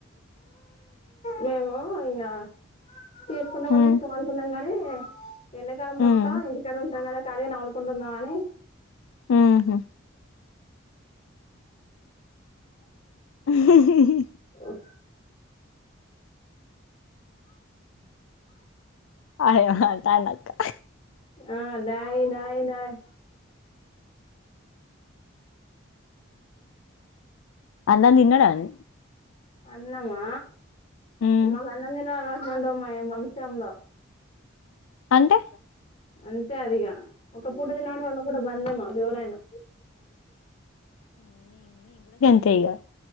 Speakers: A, on the left; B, on the left.
A: మేము ఇంగా తీసుకుంటామో
B: ఉమ్
A: తీసుకోమో అనుకున్నాం కాని ఎండాకాలం మొత్తం
B: ఉమ్
A: ఇంటి కాడ ఉంటాం కదా సరే ఇగా కొందున అని
B: మ్మ్ హ్ హుహుహు
A: మ్మ్
B: హాయ్ అంటన్ల అక్క
A: ఆ లాయ్ లాయ్ లాయ్
B: అన్నం తిన్నాడనే
A: అన్నమా
B: ఉమ్
A: మాకు అన్నం తినేఅలవాట్లు ఉండవు మా వంశంలా
B: అంటే
A: అంతే అదిగా ఒక పూట తినడం వల్ల కూడా బందె ఎవరయినా
B: అంతేగా